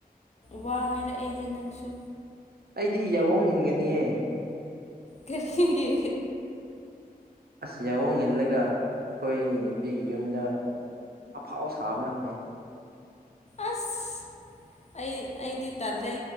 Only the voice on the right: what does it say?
ꯑꯩꯗꯤ ꯌꯥꯋꯣꯡ ꯏꯟꯒꯅꯤꯌꯦ
ꯑꯁ ꯌꯥꯑꯣꯣꯡ ꯏꯜꯂꯒ ꯑꯩꯈꯣꯏ ꯅꯨꯄꯤꯒꯤ ꯌꯨꯝꯗ ꯑꯐꯥꯎ ꯁꯥꯕꯅ ꯐꯩ